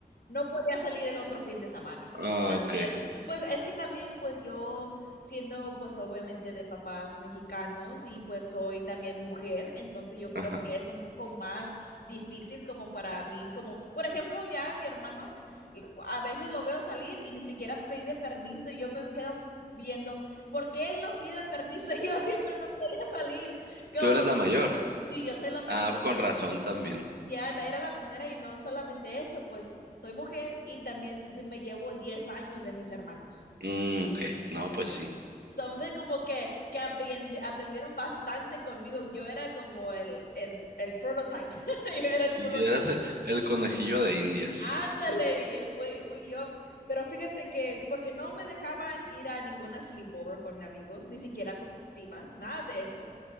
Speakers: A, on the left; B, on the right.
A: no podía salir el otro fin de semana.
B: Ah, ok.
A: Así era. Pues es que también pues yo siendo pues obviamente de papás mexicanos y pues soy también mujer, entonces yo creo
B: Ajá.
A: que es un poco más difícil como para mí, como por ejemplo ya mi hermano lo- a veces lo veo salir y ni siquiera pide permiso y yo me quedo viendo, ¿por qué él no pide permiso <laughs> y yo siempre no a salir. Como,
B: Tú eres la mayor.
A: sí, yo soy la mayor,
B: Ah, con razón también.
A: ya la- era la primera y no solamente eso, pues soy mujer y también de- me llevo 10 años de mis hermanos.
B: Mm, ok, no, pues sí.
A: Entonces, como que, que aprende- aprendieron bastante conmigo. Yo era como el, el, el prototype. <laughs> Yo era el
B: Sí,
A: prototype.
B: era ese, el conejillo de Indias.
A: Ándale, y fui, fui yo. Pero fíjate que, porque no me dejaban ir a ninguna sleepover con amigos, ni siquiera con mis primas, nada de eso.